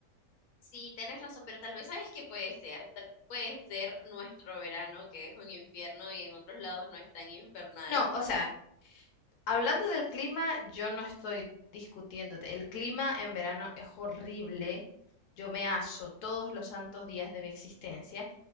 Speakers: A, on the left (about 60°); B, on the left (about 80°).
A: Sí, tenés razón, pero tal vez sabes que puede ser, tal vez puede ser nuestro verano, que es un infierno y en otros lados no es tan infernal.
B: No, o sea, hablando del clima, yo no estoy discutiéndote. El clima en verano es horrible. Yo me aso todos los santos días de mi existencia,